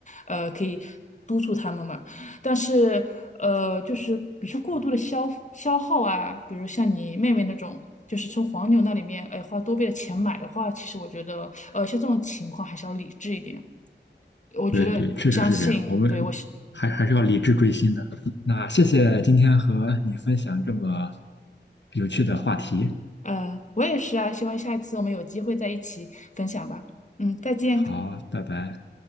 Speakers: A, on the left; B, on the left.
A: 呃，可以督促他们嘛。但是呃，就是比如说过度的消消耗啊，比如像你妹妹那种。就是从黄牛那里面，哎，花多倍的钱买的话，其实我觉得，呃，像这种情况还是要理智一点。我觉得我相信，
B: 对对，确实是这样。我们还还是要理智追星的。
A: 对，我是，
B: 那谢谢今天和你分享这么有趣的话题。
A: 呃，我也是啊，希望下一次我们有机会在一起分享吧。嗯，再见。
B: 好，拜拜。